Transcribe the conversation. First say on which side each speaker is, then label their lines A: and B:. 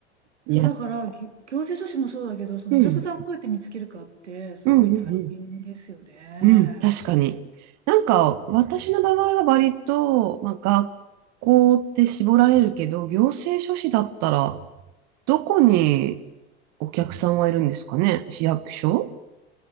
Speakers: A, on the right (about 50°); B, on the right (about 85°).
A: いや、
B: そうだから、ぎ行政書士もそうだけど、そのお客さんをどうやって見つけるかって、
A: うん、
B: すごい大変ですよね。
A: うん、うん、うん、うん、確かに。なんか、私の場合は割と、まあ、学校って絞られるけど、行政書士だったら、どこにお客さんはいるんですかね市役所